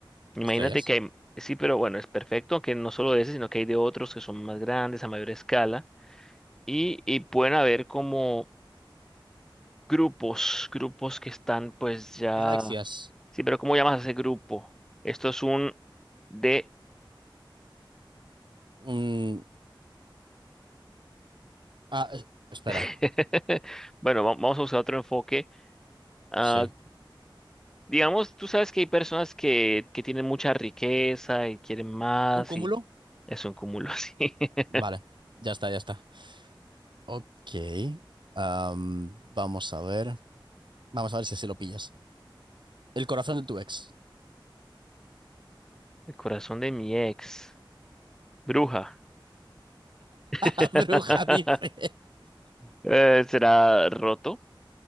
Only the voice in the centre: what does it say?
imagínate
que hay, sí, pero bueno, es perfecto, que no solo de ese, sino que hay de otros que son más grandes, a mayor escala, y, y pueden haber como... grupos, grupos que están pues ya...
Sí, pero ¿cómo llamas a ese grupo? Esto es un de...
<laughs> Bueno, va- vamos a buscar otro enfoque. Ah,
digamos, tú sabes que hay personas que, que tienen mucha riqueza y quieren más
y es un cúmulo así. <laughs>
El corazón de mi ex. Bruja. <laughs>
Eh, ¿será roto?